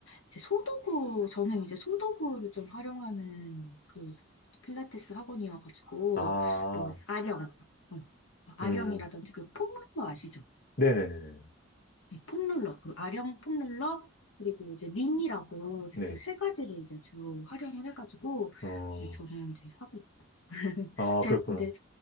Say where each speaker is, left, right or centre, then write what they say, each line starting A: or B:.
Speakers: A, on the left; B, on the left.
A: 이제 소도구, 저는 이제 소도구를 좀 활용하는 그 필라테스 학원이어가지고,
B: 아,
A: 뭐, 아령, 어, 아령이라든지
B: 음,
A: 그 폼롤러 아시죠?
B: 네네네네.
A: 네, 폼롤러, 그 아령 폼롤러, 그리고 이제 링이라고
B: 네.
A: 그 세 가지를 이제 주로 활용을 해가지고,
B: 어,
A: 네, 저는 이제 하고, <laughs>
B: 아,
A: 제,
B: 그렇구나.
A: 근데,